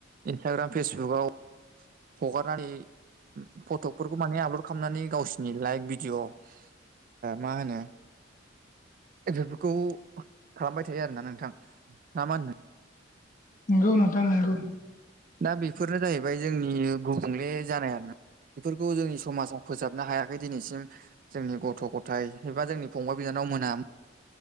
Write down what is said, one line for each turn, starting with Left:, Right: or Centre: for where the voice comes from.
Right: इन्सटाग्राम फेसबुकाव हगारनानै फटकफोरखौ माने आपलड खालामनानै गावसोरनि लाइक भिडिअ। ओ मा होनो बेफोरखौ खालामबाय थायो आरोना नोंथां ना मा होन
Left: नंगौ नोंथां नंगौ।
Right: दा बेफोरनो जाहैबाय जोंनि गुबुंले जानाय आरो बेफोरखौ जोंनि समाजाव फोजाबनो हायाखै दिनैसिम जोंनि गथ' गथाय एबा जोंनि फंबाय बिनानाव मोना